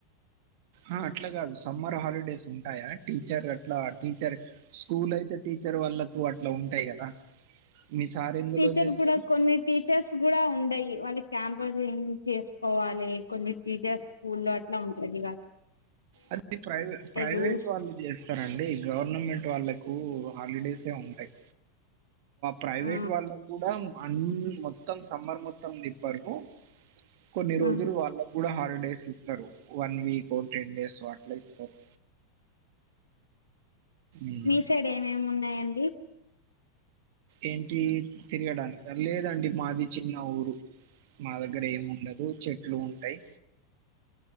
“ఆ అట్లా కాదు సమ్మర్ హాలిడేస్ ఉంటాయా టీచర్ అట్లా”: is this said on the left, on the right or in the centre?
Right